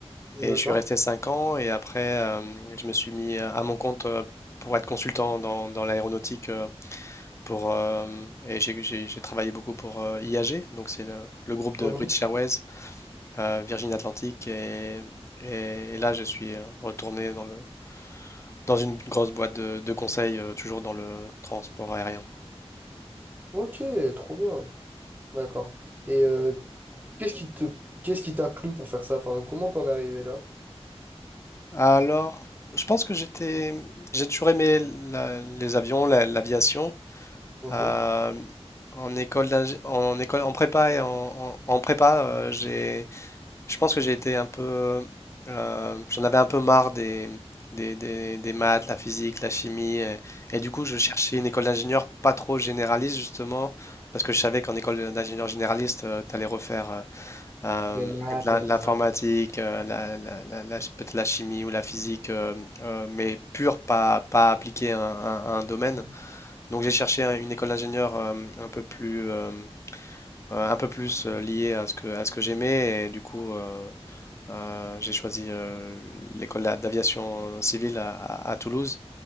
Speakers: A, on the left (about 25°); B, on the right (about 15°).
A: Et
B: D'accord.
A: je suis resté 5 ans. Et après, euh, je me suis mis à mon compte euh, pour être consultant dans, dans l'aéronautique. euh, pour, euh, et j'ai j'ai- j'ai travaillé beaucoup pour euh, IAG, donc c'est le, le groupe de
B: Mhm.
A: British Airways euh, Virgin Atlantic et, et- et là je suis euh, retourné dans le, dans une grosse boîte de, de conseil, euh, toujours dans le transport aérien.
B: Ok, trop bien. D'accord. Et euh, qu'est-ce qui te, qu'est-ce qui t'a plu pour faire ça? Enfin, comment t'en es arrivé là?
A: Alors, je pense que j'étais, j'ai toujours aimé la- les avions, la- l'aviation.
B: Mhm.
A: Euh, en école d'ingé- en école, en prépa et en, en- en prépa, euh, j'ai Je pense que j'ai été un peu. euh, j'en avais un peu marre des, des, des- des maths, la physique, la chimie. Et, et du coup, je cherchais une école d'ingénieur pas trop généraliste, justement, parce que je savais qu'en école d'ingénieur généraliste, tu allais refaire euh, euh,
B: Des maths,
A: l'in- l'informatique,
B: tout ça.
A: euh, la, la- la- la- peut-être la chimie ou la physique, euh, euh, mais pure, pas, pas appliquée à, un à un domaine.
B: Mhm.
A: Donc, j'ai cherché un- une école d'ingénieur euh, un peu plus. euh, euh, un peu plus euh, lié à ce que, à ce que j'aimais. Et du coup, euh, euh, j'ai choisi euh, l'école d'a- d'aviation civile à, à- à Toulouse.